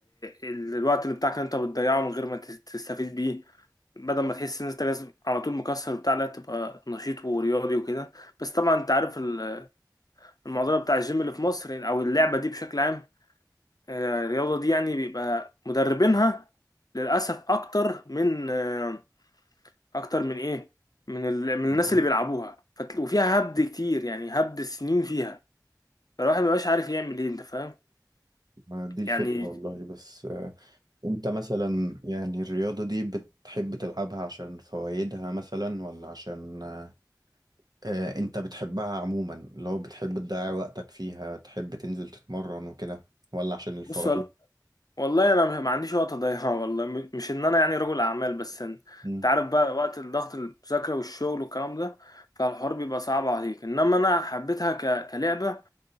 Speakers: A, on the left; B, on the right.
A: ال... الوقت اللي بتاعك اللي انت بتضيعه من غير ما تس- تستفيد بيه بدل ما تحس ان انت لازم على طول مكسر بتاع لا تبقى نشيط ورياضي وكده بس طبعا انت عارف ال- المعضله بتاع الجيم اللي في مصر يعني او اللعبه دي بشكل عام آه، الرياضة دي يعني بيبقى مدربينها للأسف أكتر من آه، أكتر من إيه؟ من ال... من الناس
B: آه.
A: اللي بيلعبوها فت... وفيها هبد كتير يعني هبد سنين فيها فالواحد مبقاش عارف يعمل إيه أنت فاهم؟
B: ما دي الفكرة
A: يعني
B: والله بس أه انت مثلا يعني الرياضة دي بتحب تلعبها عشان فوائدها مثلا ولا عشان أه آه، انت بتحبها عموما اللي هو بتحب تضيع وقتك فيها تحب تنزل تتمرن وكده ولا عشان الفوائد؟
A: بص وال- والله أنا ما ما عنديش وقت أضيعه <laughs> والله م- مش إن أنا يعني رجل أعمال بس إن-
B: مم،
A: أنت عارف بقى وقت الضغط المذاكرة والشغل والكلام ده فالحوار بيبقى صعب عليك إنما أنا حبيتها ك... كلعبة